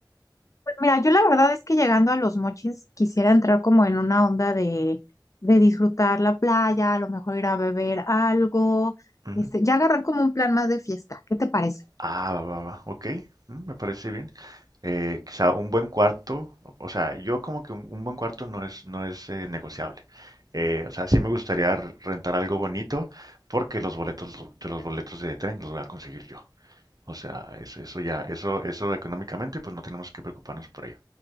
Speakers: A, on the left; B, on the right.
A: Pues mira, yo la verdad es que llegando a los mochis quisiera entrar como en una onda de, de disfrutar la playa, a lo mejor ir a beber algo,
B: Ujú.
A: este, ya agarrar como un plan más de fiesta. ¿Qué te parece?
B: Ah, va, va, va, ok, mm, me parece bien. Eh, quizá un buen cuarto, o o sea, yo como que un, un buen cuarto no es, no es eh, negociable. Eh, o sea, sí me gustaría r- rentar algo bonito porque los boletos, de los boletos de tren los voy a conseguir yo. O sea, es- eso ya, eso, eso económicamente, pues no tenemos que preocuparnos por ello.